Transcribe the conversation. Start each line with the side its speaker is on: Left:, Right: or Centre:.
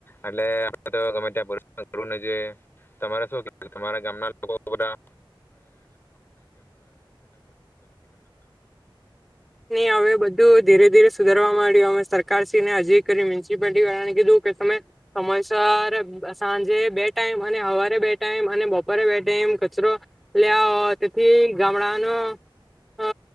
Left: એટલે તોમે ત્યા કર જોઈએ તમારે શ તમારા ગામના લોકો બધા.
Centre: નહી હવે બધું ધીરે ધીરે સુધારવા માંડ્યું અ સરકારશ્રીને હજી કરી મ્યુનિસિપાલિટી વાળાને કીધું કે ત સમયસર સાંજે બે ટાઈમ, અને સવારે બે ટાઈમ, અને બપોરે બે ટાઈમ કચરો લે તેથી ગામડાનો અ